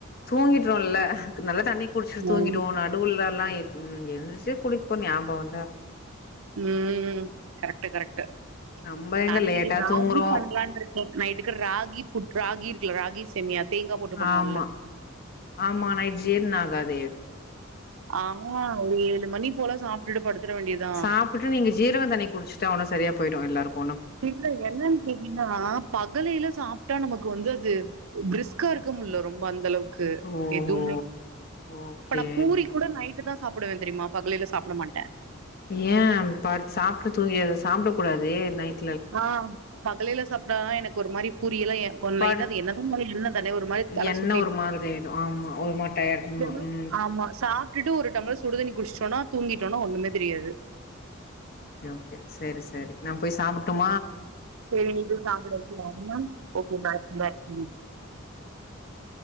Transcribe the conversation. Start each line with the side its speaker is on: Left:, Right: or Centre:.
Left: தூங்கிட்றோல்ல நல்லா தண்ணி குடிச்ட்டு
Right: ம்
Left: தூங்கிடுவோ நடுவ்லல்லா ம் எழுந்துருச்சு குடிப்போ ஞாபோ வந்தா
Right: ம் கரெக்ட்டு கரெக்ட்டு
Left: நம்ப எங்க
Right: நானே இன்னிக்கு
Left: லேட்டா
Right: ராகி
Left: தூங்குறோ
Right: பண்ணலான்ருக்கே நைட்டுக்கு ராகி புட் ராகி இருக் குல்ல ராகி சேமியா தேங்கா போட்டு பண்ணுவோல்ல
Left: ஆமா ஆமா நைட் ஜீர்ணோ ஆகதே
Right: ஆமா ஒரு ஏழு மணி போல சாப்டுட்டு படுத்தற வேண்டியதா
Left: சாப்ட்டுட்டு நீங்க ஜீரக தண்ணி குடிச்சுட்டா ஒன்னும் சரியா போயிடு எல்லாருக்
Right: இல்ல என்னன் கேட்டீங்கனா பகலைல சாப்ட்டா நமக் கு வந்து அது ப்ரிஸ்க்கா இர்க்க முட்ல ரொம்ப அந்தளவுக் கு
Left: ஓஹோ!
Right: எதுமே
Left: ஓகே.
Right: ப்ப நா பூரி கூட நைட்டு தா சாப்புடுவே தெரியுமா பகலைல சாப்ட மாட்டே
Left: ஏ பார் சாப்ட்டு தூங்கீர்றது சாப்ட கூடாது டே நைட்
Right: ஆஹ் பகலைல சாப் ட்டா எனக் ஒரு மாரி <unintelligible> கொன் லைட்டா
Left: படு
Right: அது <unintelligible> இல்ல தானே ஒரு மாரி தல
Left: என்ன
Right: சுத்திட்
Left: ஒரு மாதிரி ஆயிடும். ஆமா ஒரு மாரி டயர்ட் ஆமா.
Right: <inaudible>
Left: ம்.
Right: ஆமா சாப் ட்டுட்டு ஒரு டம்ளர் சுடுதண்ணி குடிச்ட்டோன்னா தூங்கிட்டோனா ஒன்னுமே தெரியாது
Left: ஓகே ஓகே சரி சரி நா போய் சாப்புட்டு
Right: செரி நீ போய் சாப்டு <unintelligible> ஓகே பாய் ம்